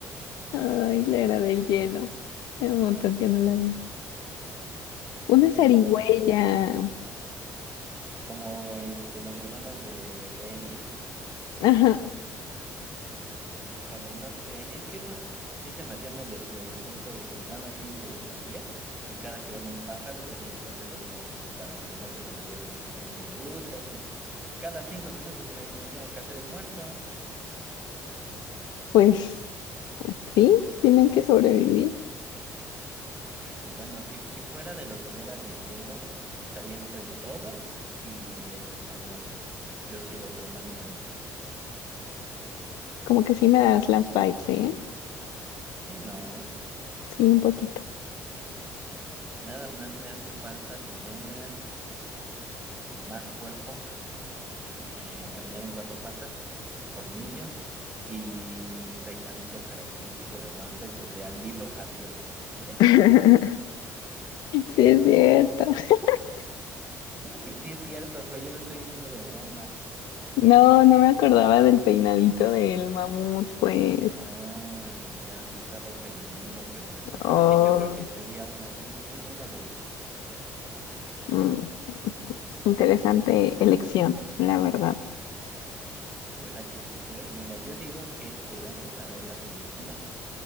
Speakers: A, on the left (about 75°); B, on the right (about 20°).
A: Ay, la era del hielo. Hace Un montón que no la veo. Una
B: ¿Cómo crees?
A: zarigüeya.
B: eh? como este los hermanos de, de Ellie.
A: Ajá,
B: Híjole, no sé, es que eso es- sí se me hacía medio, medio tonto de que van así durante el día y cada que ven un pájaro se tienen que hacer los muertos para que no se los lleven. Es como de, uta, pues cada cinco minutos me, me tengo que hacer el muerto.
A: pues sí, tienen que sobrevivir.
B: Ay, y bueno, si, si fuera de los de la era de hielo, estaría entre el dodo y el mamut. Yo sería otro mani manito.
A: Como que sí me das las vibes, ¿eh?
B: Sí, no,
A: Sí, un poquito.
B: nada más me hace falta tener más cuerpo eh, caminar en cuatro patas, colmillos y mi peinadito característico de Manfred de al libro abierto. ¿Y ya?
A: <laughs> <laughs> Sí, es cierto. <laughs>
B: ¿Cómo que sí es cierto, Fue Yo lo estoy diciendo de broma.
A: No, no me acordaba del peinadito del mamut, pues.
B: Ah, ya me estaba ofendiendo, Fernanda. Pero
A: Oh,
B: sí, yo creo que sería uno, un- un- uno de esos.
A: mm, interesante elección, la verdad.
B: ¿Verdad que sí, Fer? Mira, yo digo que te lances a ver la película